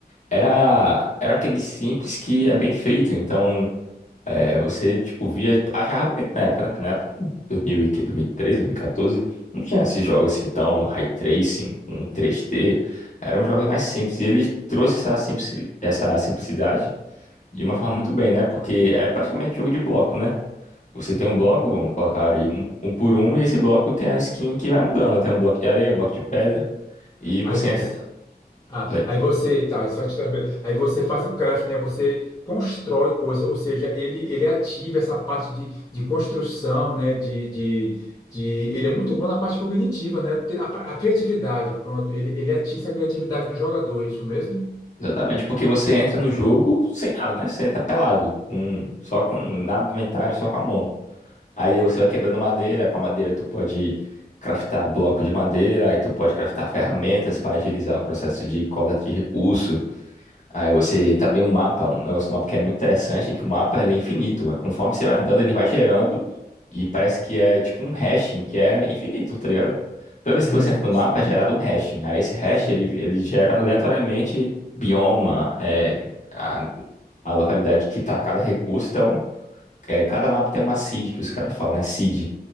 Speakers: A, on the left (about 45°); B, on the left (about 20°).
A: era, era aquele simples que é bem feito. Então, É,
B: Uhum.
A: você, tipo, via, achava bonito na época, né? Porque na época, hum, 2000 e quê? 2013, 2014, não tinha esses jogos assim tão high tracing, com 3D. Eram jogos mais simples. E ele trouxe essa simplici- essa simplicidade de uma forma muito bem, né? Porque é praticamente jogo de bloco, né? Você tem
B: Uhum.
A: um bloco, vamos colocar aí um, um por um, e esse bloco tem a skin que vai mudando. Tem um bloco de areia, um bloco de pedra. E
B: Aí
A: você
B: você.
A: entra.
B: Ah,
A: Oi.
B: aí você, tá, só te interrompendo. Aí você faz o craft, né? Você constrói coisa, ou seja, ele ele ativa essa parte de, de construção, né? De, de, de, ele é muito bom na parte cognitiva, né? Porque a, pa- a criatividade, pronto, ele, ele atiça a criatividade do jogador, é isso mesmo?
A: Exatamente, porque você entra no jogo sem nada, né? Você entra pelado, com- só com nada do inventário, só com a mão. Aí daí você vai quebrando madeira, com a madeira tu pode craftar bloco de madeira, aí tu pode craftar ferramentas para agilizar o processo de coleta de recurso. Aí você também o mapa, um negócio do mapa que é muito interessante é que o mapa ele é infinito. Conforme você vai andando, ele vai gerando e parece que é tipo um hashing que é infinito, tá ligado? Toda vez
B: Nossa,
A: que você entra no mapa é gerado um hashing. Aí esse hash
B: sim.
A: ele, ele gera aleatoriamente bioma, é, a, a localidade que tá cada recurso, então é, cada mapa tem uma seed que os caras falam, né? Seed.